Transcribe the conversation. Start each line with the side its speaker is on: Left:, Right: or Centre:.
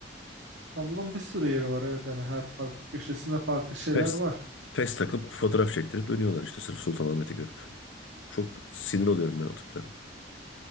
Right: İstanbul'un bir sürü yeri var evet yani her farklı köşesinde farklı şeyler
Left: Pes.
Right: var.
Left: Pes takıp fotoğraf çektirip dönüyorlar işte sırf Sultanahmet'i görüp. Çok sinir oluyorum ben o tiplere.